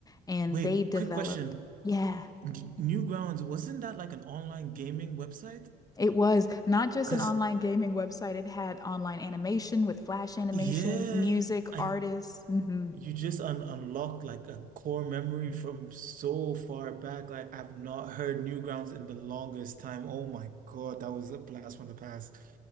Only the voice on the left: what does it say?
and
they developed
yeah.
It was not just
an online gaming website. It had online animation with flash animation,
music,
artists.
hmm